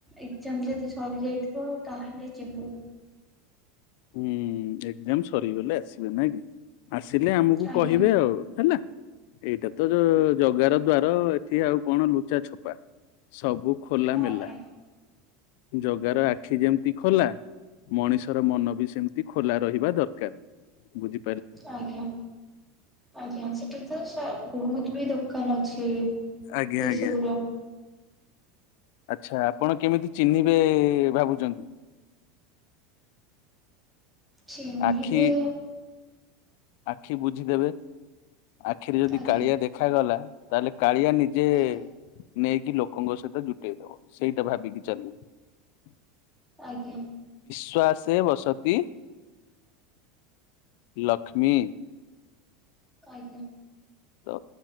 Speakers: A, in the centre; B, on the left (about 60°).
A: ଏଜାମ ଯଦି ସରିଯାଇଥିବ ତାହେଲେ ଯିବୁ।
B: ହୁଁ ଏକ୍ଜାମ ସରିଗଲେ ଆସିବେ ନା କି ଆସିଲେ ଆମକୁ
A: ଆଜ୍ଞା
B: କହିବେ ଆଉ। ହେଲା। ଏଇଟା ତ ଜଗାର ଦ୍ଵାର ଏଠି ଆଉ କଣ ଲୁଚା ଛପା ସବୁ ଖୋଲା ମେଲା
A: ଆଜ୍ଞା।
B: ଜଗାର ଆଖି ଯେମିତି ଖୋଲା ମଣିଷର ମନ ବି ସେମତି ଖୋଲା ରହିବା ଦରକାର ବୁଝି
A: ଆଜ୍ଞା ଆଜ୍ଞା ସେଟା ତ ବହୁତ ବି ଦୋକାନ ଅଛି। ଏଇ
B: ଆଜ୍ଞା
A: ଏଇ
B: ଆଜ୍ଞା
A: ସବୁର।
B: ଆଚ୍ଛା ଆପଣ କେମିତି ଚିହ୍ନିବେ ଭାବୁଛନ୍ତି?
A: ଚିହ୍ନିବେ
B: ଆଖି ଆଖି ବୁଝିଦେବେ ଆଖିରେ ଯଦି
A: ଆଜ୍ଞା
B: କାଳିଆ ଦେଖାଗଲା ତାହେଲେ କାଳିଆ ନିଜେ
A: ଆଜ୍ଞା
B: ନେଇକି ଲୋକଙ୍କ ସହିତ ଜୁଟେଇ ଦବ ସେଇଟା ଭାବିକି ଚାଲିବ।
A: ଆଜ୍ଞା।
B: ଶ୍ବାସେ ବସତି ଲକ୍ଷ୍ମୀ।
A: କଇଚ।
B: ତ